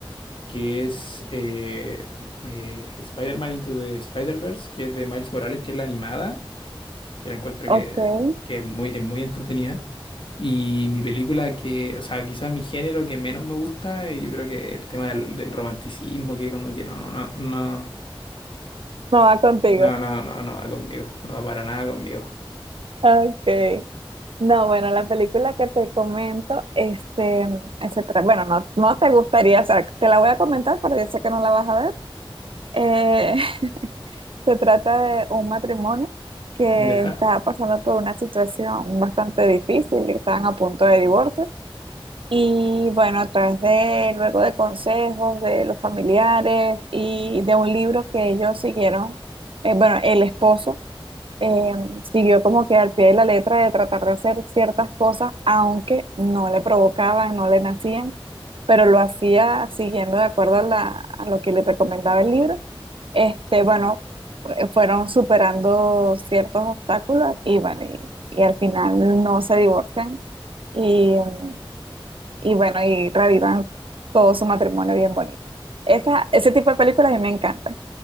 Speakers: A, on the left; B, on the right.
A: que es eh, eh, Spider-Man Into the Spider-Verse, que es de Miles Morales, que es la animada que la encuentro
B: ok,
A: que, que es muy, es muy entretenida. Y mi película que, o sea, quizás mi género que menos me gusta, eh, yo creo que el tema del, del romanticismo, que como que no, no, no, no,
B: no va contigo.
A: no, no, no va conmigo, no va para nada conmigo.
B: Okay. No, bueno, la película que te comento, este, ese tra- bueno, no, no te gustaría, o sea, te la voy a comentar, pero yo sé que no la vas a ver. Eh, <laughs> se trata de un matrimonio que
A: Ya.
B: está pasando por una situación bastante difícil, y están a punto de divorcio. Y bueno, a través de, luego de consejos de los familiares y de un libro que ellos siguieron, eh, bueno, el esposo eh, siguió como que al pie de la letra de tratar de hacer ciertas cosas, aunque no le provocaban, no le nacían, pero lo hacía siguiendo de acuerdo a, la- a lo que le recomendaba el libro. Este, bueno, eh, fueron superando ciertos obstáculos y bueno, y, y al final no se divorcian y, em, y bueno, y revivan todo su matrimonio bien bonito. Esa, ese tipo de películas a mí me encantan.